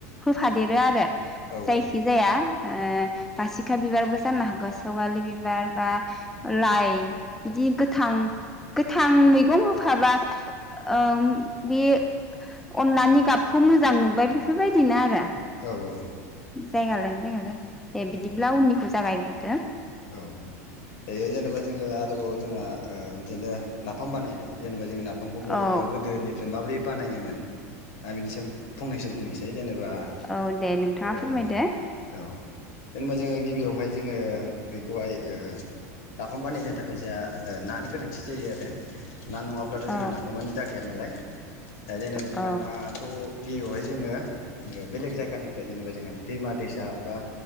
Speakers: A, in the centre; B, on the left.
A: होफादेरो आरो
B: औ
A: जायखि
B: औ
A: जाया ओ बासिखा बिबारबो जानो हागौ सेवालि बिबार बा लाइ बिदि गोथां गोथां गं होफाबा ओ बे अनलानि गाबखौ मोजां नुबाय बेफोरबायदिनो आरो
B: औ औ
A: जायगा लायै म <unintelligible> ए बिदिब्ला
B: औ
A: उननिखौ जागायग्रोदो
B: औ बेयो जेनेबा जोङो आरोबाव जोंहा ओ बिदिनो नाफाम बानायनाय जेनेबा जों ना दफांखौ बड'फ्रा
A: औ
B: गोदोनिफ्राय माबोरै बानायोमोन दा बेनिसम फंनैसो बुंनोसै जेनेबा
A: औ दे नोंथाङा
B: ओ
A: फोरमायदो
B: औ जेनेबा जोङो गिबियावहाय जोङो बेखौहाय ओ नाफाम बानायहैनो थाखाय जोंहा नानि गोनांथि जायो आरो ना नङाब्लाथ'
A: औ
B: जोंहा नाखौ मानि जाखाया नालाय दा जेनेबा जोंहा
A: औ
B: नाथ गिबियावहाय जोङो बेलेग जायगानिफ्राय जेनेबा जोङो दैमा दैसा अब्ला